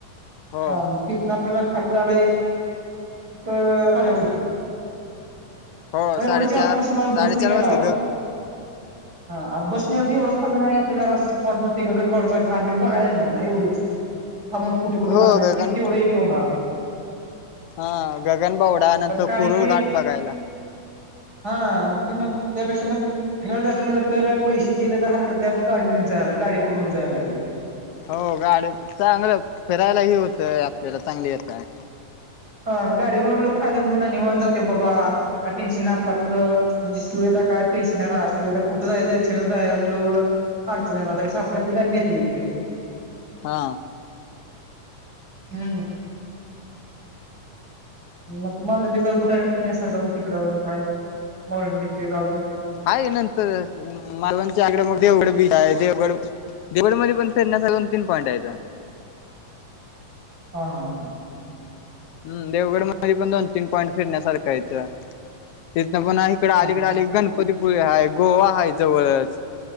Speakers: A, on the left; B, on the right.
A: हो
B: हा मग तिथंन आपल्याला खाली जायला एक एक
A: हो
B: पण एवढंच
A: साडेचार
B: आपण समज बसने
A: साडेचार
B: गेला
A: वाजतेत
B: आहोत
A: ग
B: हा बस येणार तर एवढंच फरक आहे आपल्याला अस स्पॉट मण ते गगनबावडचचा घाट बीट बघायला येणार नाही एवढंच थांबून कुठं कुठं
A: हो
B: कर
A: गगन
B: त तेवढे एक हे होणार
A: हा गगनबावडा
B: कारण
A: नंतर
B: कारण
A: कुरुळ
B: की
A: घाट बघायला
B: हा मग ते मग त्यापेक्षा मग फिरायला जायचं म्हटलं तर पैसे गेले तर हरकत नाहीग गाडी जायला गाडी करूनच जायला लागेल.
A: हो गाडी चांगल फिरायला हे होतंय आपल्याला चांगली येतंय.
B: हा गाडी करून लोक फायदा घेऊन निवांत जाते बाबा टेन्शन नाही आपलं आपलं म्हणजे सुविधा काय टेन्शन नाही सुविधा कुठं जायचं रिक्षान जायचं म्हणल्यावर अडचणी येणार त्यापेक्षा आपली आपली गाडी नेता येती आहे.
A: हा
B: हम्म मग त मालंडी घालून काय का तिण्यासारखाून तिकडं जाऊून काय मालंडीचे घालून <unintelligible>
A: आहे नंतर मालवणच्या आगडे मग देवगड बीच आहे देवगड देवडमध्ये पण फिरण्यासारखे दोन तीन पॉईंट आहेत.
B: हा हा हा
A: हम्म देवगड मधे पण दोन तीन पॉईंट फिरण्यासारखा हाईत. तिथंन पण इकडं आलीकडे
B: हा
A: आली कि गणपती गणपतीपुळे हाय गोवा हाय जवळच.